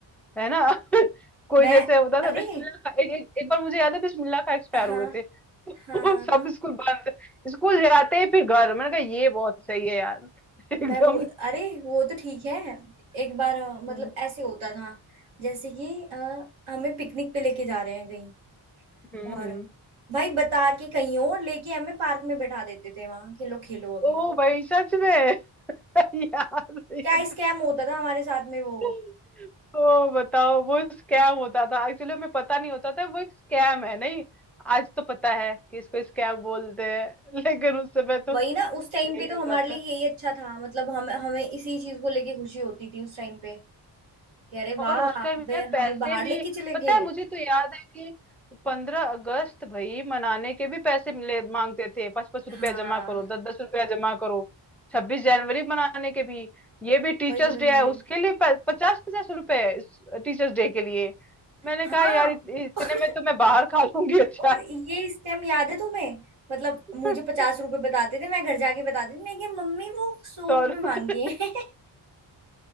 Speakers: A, in the centre; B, on the right.
A: है ना <laughs> कोई
B: मैं
A: जैसे होता था
B: अरे
A: बिस्मिल्लाह का एक, एक, एक बार मुझे याद है बिस्मिल्लाह का एक्सपायर
B: हाँ
A: हुए थे <laughs>
B: हाँ
A: वो
B: हाँ
A: सब स्कूल बंद स्कूल जाते ही फिर घर मैंने कहा ये बहुत सही है यार <laughs> एकदम
B: मैं वो अरे वो तो ठीक है एक बार अ, मतलब
A: <laughs>
B: ऐसे होता था जैसे कि अ, हमें पिकनिक पे लेके जा रहे हैं कहीं
A: हम्म
B: और
A: हम्म
B: भाई बता के कहीं और लेके हमें पार्क में बैठा देते थे वहां कि लो खेलो अभी
A: ओ
B: यहाँ
A: भाई सच में <laughs> यार ये
B: क्या स्कैम होता था हमारे साथ में वो
A: तो ओ बताओ वो स्कैम होता था एक्चुअली में पता नहीं होता था वो एक स्कैम है नहीं आज तो पता है कि इसको स्कैम बोलते हैं <laughs> लेकिन उस समय तो
B: वही ना उस टाइम
A: यही
B: पे तो
A: होता
B: हमारे
A: था
B: लिए यही अच्छा था मतलब हम हमें इसी चीज को लेके खुशी होती थी उस टाइम पे कि अरे
A: और
B: वाह
A: उस टाइम
B: वे
A: यार पैसे
B: हमें बाहर
A: भी
B: लेके चले
A: पता
B: गए
A: है मुझे तो याद है कि पंद्रह अगस्त भाई मनाने के भी पैसे मिले मांगते थे पाँच पाँच
B: हाँ
A: रुपया जमा करो दस दस रुपया जमा करो छब्बीस जनवरी मनाने के भी ये भी टीचर्स
B: वही वही
A: डे है
B: वही
A: उसके लिए पचास पचास रुपए टीचर्स डे के लिए मैंने
B: हाँ
A: कहा यार इत, इतने
B: <laughs>
A: में तो मैं बाहर खा लूंगी अच्छा
B: और ये स्कैम याद है तुम्हें मतलब
A: <laughs>
B: मुझे पचास रुपए बताते थे मैं घर जाके बताती थी मैं कि मम्मी वो सौ
A: सौ
B: रुपए
A: <laughs>
B: मांगी है <laughs>